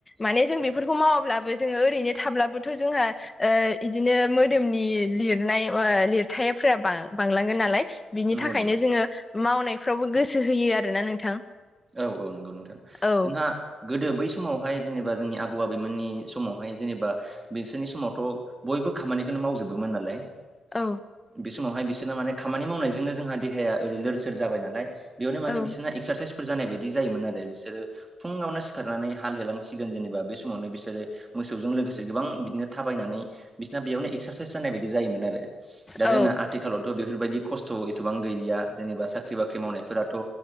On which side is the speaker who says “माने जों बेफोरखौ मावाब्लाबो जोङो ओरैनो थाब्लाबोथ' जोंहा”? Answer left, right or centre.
Left